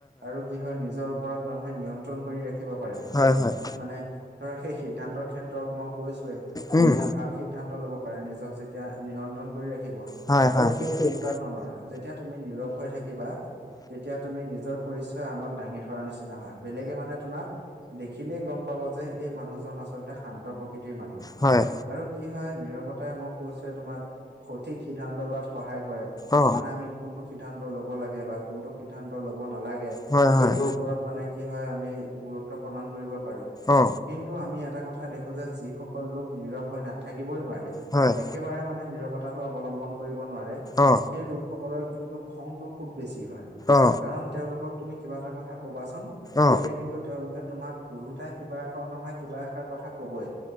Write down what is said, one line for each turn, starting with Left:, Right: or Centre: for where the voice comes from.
Right: আৰু কি হয় নিজৰ ওপৰত মানুহে নিয়ন্ত্ৰণ কৰি ৰাখিব পাৰে।
Left: হয়, হয়।
Right: মানে ধৰা সেই সিদ্ধান্তৰ ক্ষেত্ৰত মই কৈছোয়ে
Left: উম,
Right: মানুহে ভাল সিদ্ধান্ত ল'ব পাৰে নিজক যেতিয়া নিয়ন্ত্ৰণ কৰি ৰাখিব
Left: হয়, হয়।
Right: আৰু সেই তেনেকুৱা ধৰণৰ, যেতিয়া তুমি নীৰৱ হৈ থাকিবা, তেতিয়া তুমি নিজৰ পৰিচয় আনক দাঙি ধৰাৰ নিচিনা হয়। বেলেগে মানে তোমাক দেখিলেই গম পাব যে, এই মানুহজন আচলতে শান্ত প্ৰকৃতিৰ মানুহ।
Left: পাবা হয়
Right: আৰু কি হয় নীৰৱতাই মোক <unintelligible> তোমাক সঠিক সিদ্ধান্ত লোৱাত সহায় কৰে।
Left: অ
Right: মানে আমি কোনটো সিদ্ধান্ত ল'ব লাগে বা কোনটো সিদ্ধান্ত ল'ব নালাগে। সেইটোৰ
Left: হয় হয়
Right: ওপৰত মানে কি হয় আমি গুৰুত্ব প্ৰদান কৰিব পাৰো।
Left: অ
Right: কিন্তু আমি এটা কথা দেখো যে যিসকল লোক নীৰৱ হৈ নাথাকিবই নোৱাৰে এক
Left: হয়
Right: একেবাৰে মানে নিৰৱতাটো অৱলম্বন কৰিব নোৱাৰে।
Left: অ
Right: সেই লোকসকলৰ কিন্তু খংটো খুব বেছি হয়।
Left: অ
Right: কাৰণ তেওঁলোকক তুমি কিবা এটা কথা কবাচোন,
Left: অ
Right: তেতিয়া কিন্তু তেওঁলোকে তোমাক- ওলোটাই কিবা এষৰ নহয় কিবা এষাৰ কথা কবই